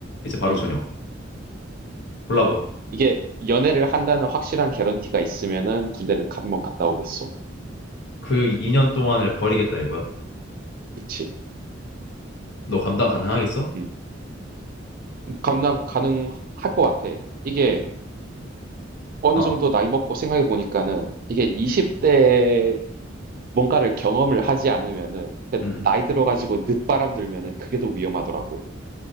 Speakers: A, on the left; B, on the right.
A: 이제 바로
B: 음.
A: 전역. 골라봐.
B: 이게 연애를 한다는 확실한 개런티가 있으면은 군대를 한번 갔다 오겠어.
A: 그 2년 동안을 버리겠다 이거야?
B: 그치.
A: 너 감당 가능하겠어?
B: 음. 감당 가능할 것 같아. 이게
A: 음.
B: 어느
A: 어.
B: 정도 나이 먹고 생각해 보니까는 이게 20대에 뭔가를 경험을 하지 않으면은 그
A: 음.
B: 나이 들어가지고 늦바람 들면은 그게 더 위험하더라고.